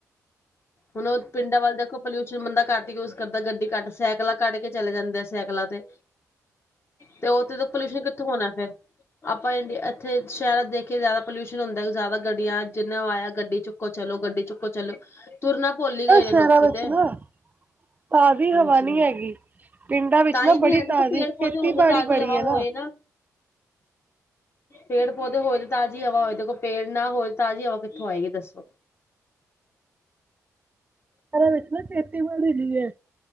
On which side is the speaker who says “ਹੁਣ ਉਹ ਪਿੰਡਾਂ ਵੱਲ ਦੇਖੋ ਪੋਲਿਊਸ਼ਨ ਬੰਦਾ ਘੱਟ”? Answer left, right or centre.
Left